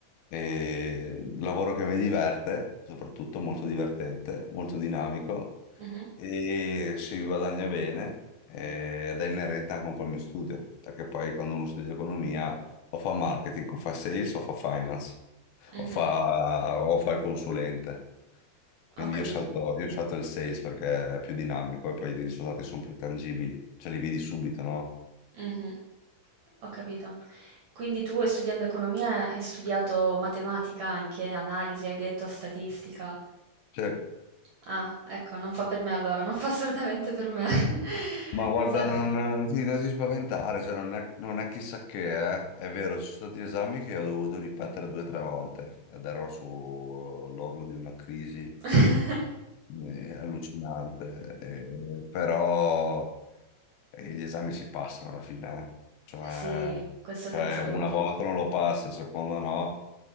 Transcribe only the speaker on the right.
Mh-mh.
Mh-mh.
Ho capito.
Mh-mh. Ho capito. Quindi tu, studiando economia, hai studiato matematica anche, analisi, hai detto, statistica.
Ah, ecco, non fa per me allora, non fa assolutamente per me. <laughs>
Mi sa.
<laughs>
Sì, questo
senza dubbio.